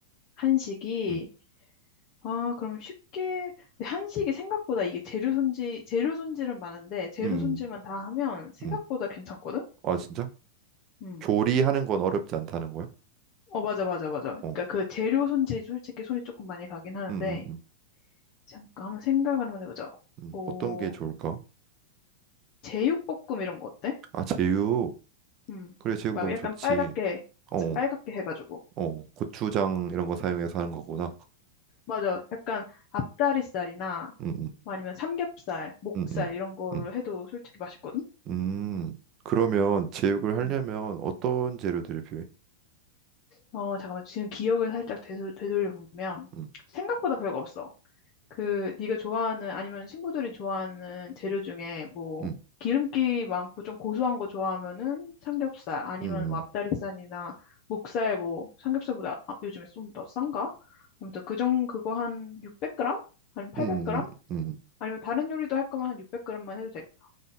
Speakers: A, on the left; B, on the right.
A: 한식이
B: 음,
A: 아, 그럼 쉽게 근데 한식이 생각보다 이게 재료 손질 재료 손질은 많은데 재료
B: 음,
A: 손질만 다 하면 생각보다
B: 음.
A: 괜찮거든?
B: 아, 진짜?
A: 응.
B: 조리하는 건 어렵지 않다는 거야?
A: 어, 맞아, 맞아, 맞아. 그러니까
B: 어,
A: 그 재료 손질이 솔직히 손이 조금 많이 가긴 하는데
B: 음, 음, 음.
A: 잠깐 한번 생각을 한번 해보자.
B: 음.
A: 뭐
B: 어떤 게 좋을까?
A: 제육볶음 이런 거 어때?
B: 아, 제육.
A: 음,
B: 그래, 제육
A: 막
B: 너무
A: 약간
B: 좋지.
A: 빨갛게,
B: 어.
A: 진짜
B: 어.
A: 빨갛게 해가지고.
B: 어, 고추장 이런 거 사용해서 하는 거구나.
A: 맞아. 약간 앞다리살이나
B: 음,
A: 뭐 아니면 삼겹살, 목살
B: 음, 음,
A: 이런 걸로
B: 음,
A: 해도 솔직히 맛있거든?
B: 음. 음. 그러면 제육을 하려면
A: 음.
B: 어떤 재료들이 필요해?
A: 어, 잠깐만. 지금 기억을 살짝 되돌려보면
B: 음,
A: 생각보다 별거 없어. 그 네가 좋아하는 아니면 친구들이 좋아하는 재료 중에 뭐
B: 음,
A: 기름기 많고 좀 고소한 거 좋아하면은 삼겹살 아니면
B: 음,
A: 뭐 앞다리살이나 목살 뭐 삼겹살보다 아, 요즘에 좀 더 싼가? 아무튼 그정 그거 한 600g? 아니면 800g?
B: 음, 음, 음. 음.
A: 아니면 다른 요리도 할 거면 한 600g만 해도 되겠다.